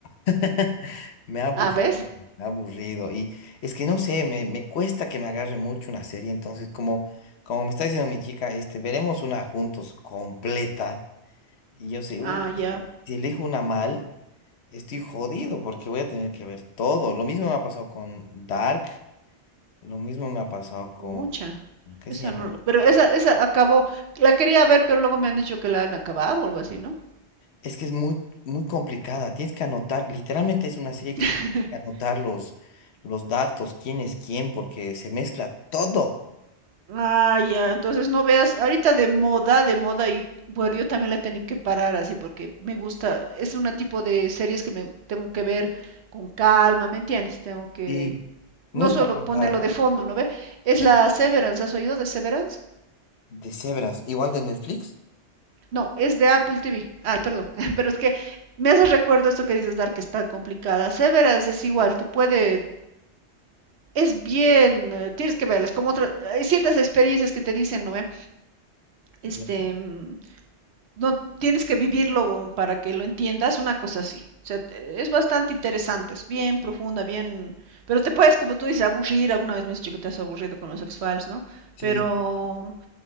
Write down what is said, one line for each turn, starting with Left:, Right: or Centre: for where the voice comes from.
Left: <laughs> Me ha aburrido,
Right: Ah, ¿ves?
Left: me ha aburrido. Y es que no sé, me, me cuesta que me agarre mucho una serie. Entonces, como, como me está diciendo mi chica, este, veremos una juntos completa. Y yo sé, uh,
Right: Ah, ya.
Left: si elijo una mal. estoy jodido porque voy a tener que ver todo. Lo mismo me ha pasado con Dark, lo mismo me ha pasado con,
Right: Pucha,
Left: ¿qué
Right: esa
Left: se llama?
Right: no, pero esa, esa acabó, la quería ver, pero luego me han dicho que la han acabado o algo así, ¿no?
Left: Es que es muy, muy complicada. Tienes que anotar, literalmente es una serie que
Right: <laughs>
Left: tienes que anotar los, los datos, quién es quién, porque se mezcla todo.
Right: Ah, ya, entonces no veas, ahorita de moda, de moda, y bueno, yo también la he tenido que parar así porque me gusta, es un tipo de series que me tengo que ver con calma, ¿me entiendes? Tengo que,
Left: Y no
Right: no
Left: es
Right: solo
Left: para pasar
Right: ponerlo de fondo, ¿no ve? Es
Left: de,
Right: la Severance, ¿has oído de Severance?
Left: de cebras, igual de Netflix.
Right: No, es de Apple TV. Ay, perdón, <laughs> pero es que me hace recuerdo esto que dices, Dar, que es tan complicada. Severance es igual, te puede es bien, eh, tienes que verles, como otras, hay ciertas experiencias que te dicen, ¿no? eh Este,
Left: Ya,
Right: mm, no, tienes que vivirlo para que lo entiendas, una cosa así. O sea, es bastante interesante, es bien profunda, bien, pero te puedes, como tú dices, aburrir, alguna vez me has dicho que te has aburrido con los X-Files, ¿no?
Left: Sí,
Right: Pero